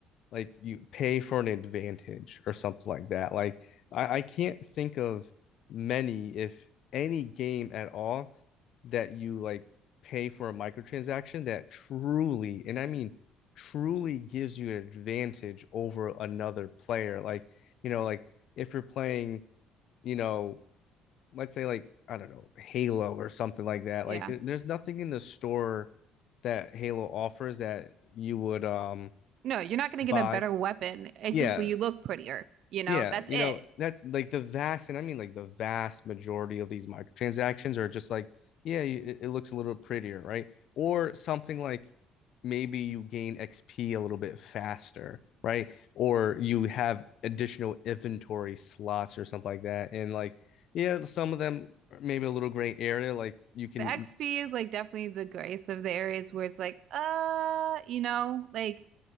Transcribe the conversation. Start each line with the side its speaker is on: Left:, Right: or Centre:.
Left: like you pay for an advantage or something like that. Like I, I can't think of many, if any game at all, that you like pay for a microtransaction that truly, and I mean truly gives you an advantage over another player. Like, you know, like if you're playing, you know, let's say like, I don't know, Halo or something like that.
Right: Yeah.
Left: Like there, there's nothing in the store that Halo offers that you would um
Right: No, you're not gonna
Left: buy.
Right: get a better weapon. It's
Left: Yeah,
Right: just you look prettier, you know?
Left: yeah,
Right: That's
Left: you
Right: it.
Left: know, that's like the vast, and I mean like the vast majority of these microtransactions are just like, yeah, you- it, it looks a little prettier, right? Or something like maybe you gain XP a little bit faster, right? Or you have additional inventory slots or something like that. And like, yeah, some of them are maybe a little gray area, like you can,
Right: The XP is like definitely the grace of the areas where it's like, uh, you know, like